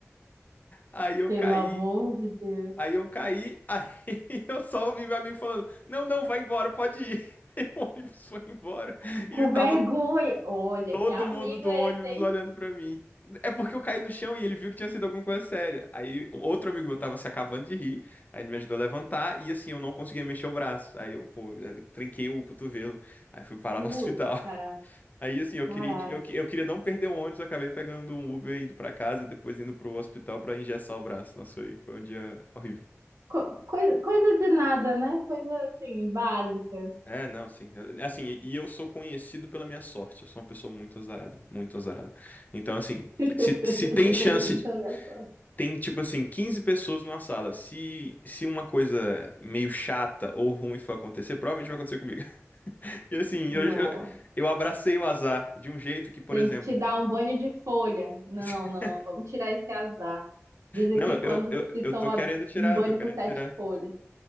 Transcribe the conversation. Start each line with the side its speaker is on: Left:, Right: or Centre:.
Left: Aí eu
Right: Pelo
Left: caí,
Right: amor de Deus.
Left: aí eu caí, aí <laughs> eu só ouvi meu amigo falando: Não, não, vai embora, pode ir. <laughs> E o ônibus foi embora.
Right: Com
Left: E tava
Right: vergonha. Olha,
Left: todo
Right: que amigo
Left: mundo do
Right: é
Left: ônibus
Right: esse, hein?
Left: olhando pra mim. É porque eu caí no chão e ele viu que tinha sido alguma coisa séria. Aí outro amigo meu tava se acabando de rir, aí ele me ajudou a levantar e assim eu não conseguia mexer o braço. Aí eu, pô, eu trinquei o cotovelo, aí fui parar
Right: Putz,
Left: no <laughs> hospital.
Right: caraca,
Left: Aí assim, eu
Right: caraca.
Left: queria, eu, que- eu queria não perder o ônibus, eu acabei pegando um Uber indo pra casa, depois indo pro hospital pra engessar o braço. Nossa, foi, foi um dia horrível.
Right: Co- coisa, coisa de nada, né? Coisa assim, básica.
Left: É, não, sim. Eu- Assim, e e eu sou conhecido pela minha sorte. Eu sou uma pessoa muito azarada, muito azarada. Então, assim,
Right: <laughs>
Left: se, se tem
Right: Eu sou
Left: chance,
Right: conhecida
Left: de-
Right: pela minha sorte.
Left: tem tipo assim, 15 pessoas numa sala. Se, se uma coisa meio chata ou ruim for acontecer, provavelmente vai acontecer comigo. <laughs> E assim,
Right: Nossa,
Left: eu, eu, eu abracei o azar de um jeito que, por
Right: tem
Left: exemplo.
Right: que te dar um banho de folha. Não,
Left: <laughs>
Right: não, vamos tirar esse azar. Diz aqui
Left: Não,
Right: que
Left: eu,
Right: quando
Left: eu,
Right: se
Left: eu
Right: toma
Left: tô querendo tirar,
Right: um banho
Left: eu tô querendo
Right: com sete
Left: tirar.
Right: folhas.